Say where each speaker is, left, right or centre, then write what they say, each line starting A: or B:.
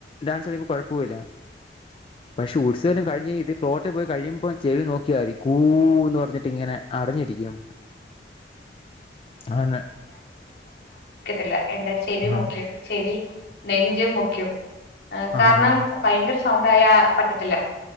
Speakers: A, on the left; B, on the left.
A: ഡാൻസ് കഴിയുമ്പോ കൊഴപ്പൂല്ല പക്ഷെ ഉത്സവെല്ലാം കഴിഞ്ഞ് ഇത് ഫ്ലോ കഴിയുമ്പോ ചെവി നോക്കിയാൽ മതി കൂന്ന് പറഞ്ഞിട്ട് ഇങ്ങനെ അടഞ്ഞിരിക്കും ആണ്
B: ഇല്ല എന്റെ ചെവി
A: ആഹ്
B: മുഖ്യം ചെവി നെഞ്ച് മുഖ്യം ആ കാരണം
A: ആഹ്
B: ഭയങ്കര ശ് സൗണ്ടായ പറ്റത്തില്ല